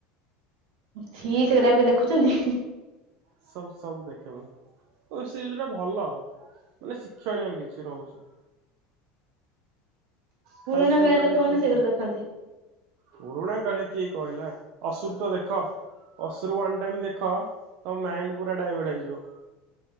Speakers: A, on the right; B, on the right.
A: ଛି ସେଗୁରା ଏବେ ଦେଖୁଚନ୍ତି।
B: ସବୁ-ସବୁ ଦେଖେ ମୁଁ, ୱେବ୍ ସିରିଜ୍ ଟା ଭଲ ମାନେ ଶିକ୍ଷଣୀୟ କିଛି ରହୁଚି। ଖାଲି
A: ପୁରୁଣା
B: ସେଗୁଡା
A: କାଳିଆ ଲୋକମାନେ
B: ଦେଖିଲେ
A: ସେଗୁରା
B: <unintelligible>
A: ଦେଖନ୍ତି।
B: ପୁରୁଣା କାଳେ କିଏ କହିଲା ଅସୁର୍ ତ ଦେଖ। ଅଶୁର୍ ୱାନ୍ ଟାଇମ୍ ଦେଖ ତ ମାଇଣ୍ଡ ପୁରା ଡାଇଭର୍ଟ ହେଇଯିବ।